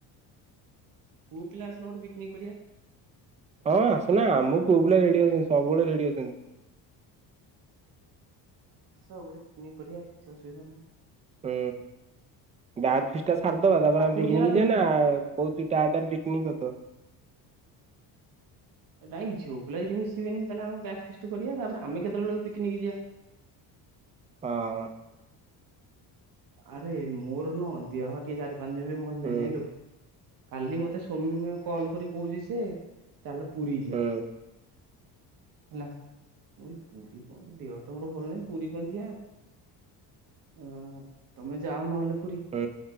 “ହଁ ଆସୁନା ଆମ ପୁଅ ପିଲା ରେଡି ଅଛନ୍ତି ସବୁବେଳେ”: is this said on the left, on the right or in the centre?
Right